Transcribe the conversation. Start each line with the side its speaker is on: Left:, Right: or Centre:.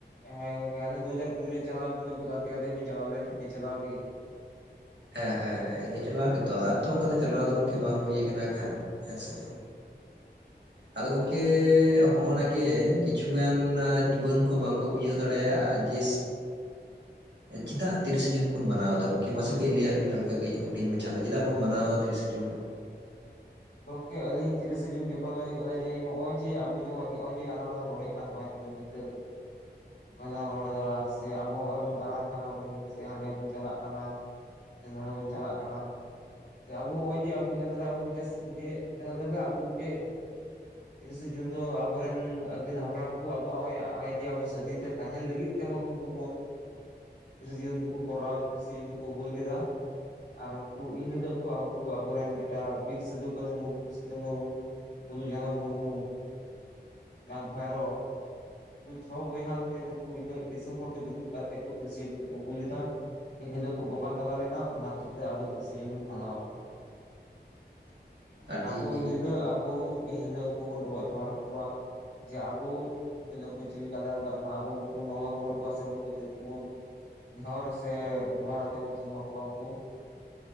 Left: ᱦᱮᱸ ᱜᱚᱝᱠᱮ ᱫᱩ ᱦᱟᱡᱟᱨ ᱠᱩᱲᱤ ᱨᱮ ᱪᱟᱞᱟᱣ ᱵᱚᱱ ᱟᱵᱚᱱ ᱜᱟᱛᱮ ᱜᱟᱛᱮ ᱵᱚᱱ ᱪᱟᱞᱟᱣ ᱞᱮᱱ ᱱᱮ ᱪᱟᱞᱟᱣ ᱜᱮ᱾
Right: ᱦᱮᱸ ᱦᱮᱸ ᱦᱮᱸ ᱤᱱᱟᱹ ᱪᱟᱞᱟᱣ ᱜᱮᱛᱚ ᱟᱨ ᱛᱚ ᱚᱱᱠᱟ ᱫᱚ ᱪᱟᱞᱟᱣ ᱫᱚ ᱜᱚᱢᱠᱮ ᱵᱟᱝ ᱦᱩᱭ ᱠᱟᱱᱟ ᱮᱱᱠᱷᱟᱱ ᱦᱮᱸᱥᱮ᱾ ᱟᱫᱚ ᱜᱚᱝᱠᱮ ᱦᱚᱜᱼ ᱱᱟ ᱜᱮ ᱠᱤᱪᱷᱩᱜᱟᱱ ᱡᱩᱣᱟᱹᱱ ᱠᱚ ᱵᱟᱝᱠᱚ ᱵᱩᱡᱷᱟᱹᱣ ᱫᱟᱲᱮᱭᱟᱜᱼᱟ ᱡᱮ ᱪᱮᱫᱟᱜ ᱛᱤᱨᱤᱥᱮ ᱡᱩᱱ ᱵᱚᱱ ᱢᱟᱱᱟᱣ ᱫᱟ ᱜᱚᱢᱠᱮ? ᱢᱟᱥᱮ ᱠᱟᱹᱡ ᱞᱟᱹᱭᱟᱜ ᱵᱤᱱ ᱦᱟᱞᱠᱟ ᱠᱟᱹᱡ ᱦᱩᱰᱤᱧ ᱢᱟᱪᱷᱟ, ᱫᱚ ᱪᱮᱫᱟᱜ ᱵᱚᱱ ᱢᱟᱱᱟᱣᱫᱟ ᱛᱤᱨᱤᱥᱮ ᱡᱩᱱ?
Left: ᱜᱚᱢᱠᱮ ᱟᱞᱤᱧ ᱛᱤᱨᱤᱥᱟ ᱡᱩᱱ ᱵᱮᱯᱟᱨ ᱫᱚ ᱦᱩᱭᱩᱜ ᱠᱟᱱᱟ ᱡᱮ ᱱᱚᱜᱼᱚᱭ ᱡᱮ ᱟᱵᱚ ᱡᱮ ᱱᱚᱜᱼᱚᱭ ᱡᱮ ᱟᱞᱟᱝᱞᱟᱝ ᱨᱚᱲᱮᱫ ᱠᱟᱱ ᱱᱚᱼᱚᱭ ᱧᱤᱫᱟᱹ <inaudible> ᱱᱚᱜ ᱞᱟᱝ ᱨᱚᱲ ᱮᱫᱟ ᱥᱮ ᱟᱵᱚ ᱦᱚᱸᱜᱚᱭ ᱵᱚᱱ ᱫᱟᱬᱟᱱ ᱠᱟᱱᱟ ᱵᱩᱱ ᱥᱮ ᱦᱟᱸᱰᱮ ᱵᱚᱱ ᱪᱟᱞᱟᱜ ᱠᱟᱱᱟ᱾ ᱱᱚᱸᱰᱮ ᱵᱚᱱ ᱪᱟᱞᱟᱜ ᱠᱟᱱᱟ, ᱟᱵᱚ ᱱᱚᱜᱼᱚᱭ ᱡᱮ ᱟᱵᱚ ᱠᱟᱛᱷᱟ ᱟᱵᱚ ᱢᱤᱫᱴᱮᱱ ᱪᱮᱫ <unintelligible> ᱟᱵᱚ ᱢᱤᱫᱴᱮᱡ᱾ ᱛᱤᱨᱤᱥᱮ ᱡᱩᱱ ᱫᱚ ᱟᱵᱚᱨᱮᱱ ᱟᱹᱜᱤᱞ ᱦᱟᱯᱲᱟᱢ ᱠᱚ ᱟᱵᱚᱣᱟᱜ ᱱᱚᱜᱼᱚᱭ ᱱᱚᱜᱼᱚᱭ ᱡᱮ ᱟᱵᱚ ᱥᱟᱫᱷᱤᱱ ᱛᱮ ᱛᱟᱦᱮᱱ ᱞᱟᱹᱜᱤᱫ, ᱢᱟᱠᱚ <unintelligible> ᱠᱚ ᱛᱤᱨᱤᱥ ᱡᱩᱱ ᱠᱚᱨᱟᱣ ᱛᱤᱨᱤᱥ ᱡᱩ ᱠᱚ ᱦᱩᱞ ᱞᱮᱫᱟ᱾ ᱟᱨ ᱩᱱᱠᱩ ᱮᱤᱱᱦᱤᱞᱳᱜ ᱠᱚ ᱩᱱᱠᱩ ᱟᱵᱚᱨᱮᱱ ᱡᱮᱴᱟ ᱵᱤᱨ ᱥᱤᱫᱷᱩ ᱠᱟᱱᱩ ᱢᱩᱨᱢᱩ ᱥᱤᱫᱩ ᱢᱩᱨᱢᱩ ᱯᱷᱩᱞᱚᱡᱷᱟᱱᱚ ᱢᱩᱨᱢᱩ ᱪᱟᱸᱫ ᱵᱷᱟᱭᱨᱚ ᱩᱱᱠᱩ ᱪᱷᱚ ᱵᱚᱭᱦᱟ ᱛᱮ ᱠᱩᱱᱩ ᱩᱱᱟᱹᱜ ᱫᱤᱥᱚᱢ ᱦᱚᱲ ᱠᱚ ᱡᱩᱢᱤᱫ ᱠᱟᱛᱮ ᱛᱤᱨᱮᱥᱮ ᱡᱩᱱ ᱠᱚ ᱦᱩᱞ ᱞᱮᱫᱟ᱾ ᱮᱱᱦᱤᱞᱳᱜ ᱠᱚ ᱵᱚᱸᱜᱟ ᱛᱟᱞᱟ ᱞᱮᱱᱟ ᱚᱱᱟ ᱠᱷᱟᱹᱛᱤᱨ ᱛᱮ ᱟᱵᱚ ᱛᱤᱨᱤᱥᱮ ᱡᱩᱱ ᱵᱚᱱ ᱢᱟᱱᱟᱣ ᱟᱵᱚᱱ᱾
Right: ᱟᱹᱰᱤ
Left: ᱟᱵᱚ ᱮᱱᱦᱤᱞᱳᱜ ᱟᱵᱚ ᱮᱱᱦᱤᱞᱳᱜ ᱩᱱᱠᱩ ᱵᱚᱱ ᱰᱚᱵᱚᱜ ᱡᱚᱦᱟᱨ ᱟᱠᱚᱣᱟ ᱡᱮ ᱟᱵᱚ ᱩᱱᱠᱩ ᱫᱚᱠᱚ ᱡᱤᱶᱤ ᱠᱚ ᱟᱞᱟᱭ ᱞᱮᱫᱟ ᱟᱵᱚ ᱟᱵᱚ ᱩᱱᱠᱩᱵᱩᱱ ᱦᱚᱦᱚ ᱨᱩᱣᱟᱹᱲ ᱠᱚᱣᱟ ᱥᱮ ᱩᱱᱠᱩᱵᱚᱱ ᱫᱷᱩᱯ ᱠᱚᱵᱚᱱ ᱱᱮᱦᱚᱨ ᱥᱮ ᱡᱚᱦᱟᱨ ᱟᱛᱮ ᱵᱚᱱ ᱛᱷᱩᱢᱟᱠᱚᱣᱟ ᱩᱱᱠᱩ,